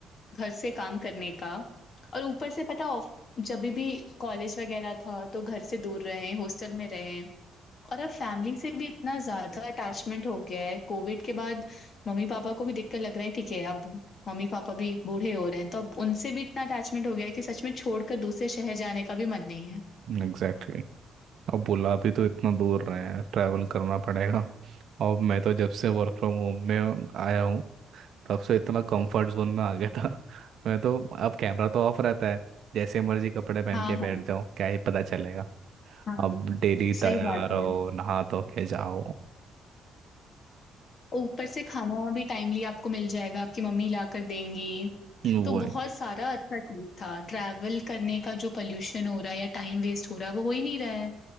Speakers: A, on the left; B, on the right.
A: घर से काम करने का और ऊपर से पता ऑफ जब भी कॉलेज वगैरह था तो घर से दूर रहे हॉस्टल में रहे और अब फैमिली से भी इतना ज्यादा अटैचमेंट हो गया है कोविड के बाद मम्मी पापा को भी देखकर लग रहा है ठीक है अब मम्मी पापा भी बूढ़े हो रहे हैं तो अब उनसे भी इतना अटैचमेंट हो गया है कि सच में छोड़कर दूसरे शहर जाने का भी मन नहीं है
B: एग्जैक्टली अब बुला भी तो इतना दूर रहे हैं ट्रैवल करना पड़ेगा और मैं तो जब से वर्क फ्रॉम होम में आया हूँ तब से इतना कंफर्ट जोन में आ गया था <laughs> मैं तो अब कैमरा तो ऑफ रहता है जैसे मर्जी कपड़े पहन
A: हाँ
B: के बैठ
A: हाँ
B: जाओ क्या ही पता चलेगा
A: हाँ
B: अब डेली तैयार
A: सही बात है
B: हो नहा धो के जाओ
A: ऊपर से खाना भी टाइमली आपको मिल जाएगा आपकी मम्मी ला कर देंगी
B: वही
A: तो बहुत सारा अच्छा चीज़ था। ट्रैवल करने का जो पॉल्यूशन हो रहा है या टाइम वेस्ट हो रहा है, वो हो ही नहीं रहा है,